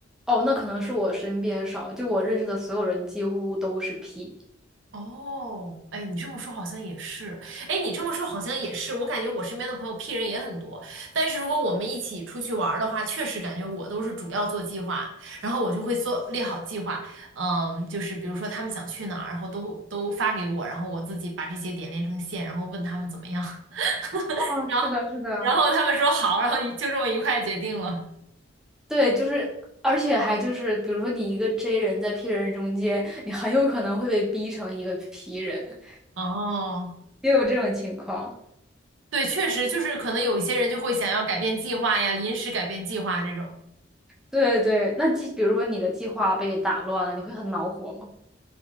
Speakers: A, in the centre; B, on the right (about 80°).
A: 哦，那可能是我身边少，就我认识的所有人几乎都是 P。
B: 哦，哎，你这么说好像也是，哎，你这么说好像也是，我感觉我身边的朋友 P 人也很多，但是如果我们一起出去玩儿的话，确实感觉我都是主要做计划，然后我就会做列好计划，嗯，就是比如说他们想去哪儿，然后都都发给我，然后我自己把这些点连成线，然后问他们怎么样，<laughs>
A: 哦，
B: 然后然后他们说好，
A: 是的，是的。
B: 然后一就这么愉快地决定了。
A: 对，就是，而且还就是，比如说你一个 J 人在 P 人中间，你很有可能会被逼成一个 P 人，
B: 哦，
A: 也有这种情况。
B: 对，确实就是可能有一些人就会想要改变计划呀，临时改变计划这种。
A: 对对，那计，比如说你的计划被打乱了，你会很恼火吗？